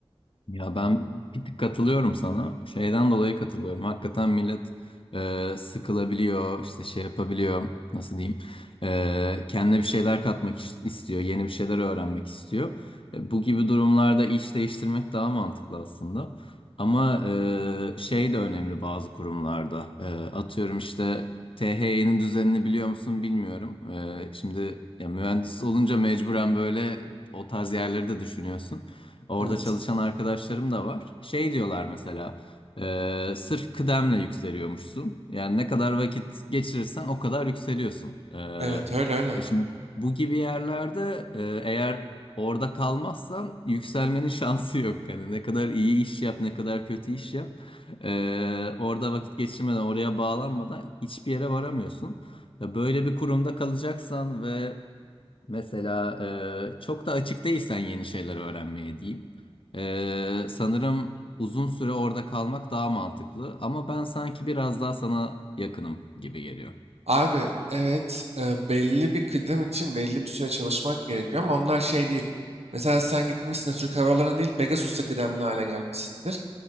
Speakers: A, on the left; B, on the right.
A: Ya ben bir tık katılıyorum sana. Şeyden dolayı katılıyorum. Hakikaten millet e, sıkılabiliyor, işte şey yapabiliyor, nasıl diyeyim, e, kendine bir şeyler katmak iş- istiyor, yeni bir şeyler öğrenmek istiyor. E, bu gibi durumlarda iş değiştirmek daha mantıklı aslında. Ama e, şey de önemli bazı kurumlarda. E, atıyorum işte THY'nin düzenini biliyor musun bilmiyorum. E, şimdi ya mühendis olunca mecburen böyle o tarz yerleri de düşünüyorsun. Orada
B: Evet.
A: çalışan arkadaşlarım da var. Şey diyorlar mesela, e, sırf kıdemle yükseliyormuşsun. Yani ne kadar vakit geçirirsen o kadar yükseliyorsun. E,
B: Evet öyle öyle.
A: e şimdi bu gibi yerlerde e, eğer orada kalmazsan yükselmenin <laughs> şansı yok. Yani ne kadar iyi iş yap, ne kadar kötü iş yap. e, orada vakit geçirmeden, oraya bağlanmadan hiçbir yere varamıyorsun. Ya Böyle bir kurumda kalacaksan ve Mesela e, çok da açık değilsen yeni şeyler öğrenmeye diyeyim. E, sanırım uzun süre orada kalmak daha mantıklı ama ben sanki biraz daha sana yakınım gibi geliyor.
B: Abi evet e, belli bir kıdem için belli bir süre çalışmak gerekiyor ama onlar şey değil. Mesela sen gitmişsin de Türk Hava Yolları'na değil Pegasus'ta kıdemli hale gelmişsindir.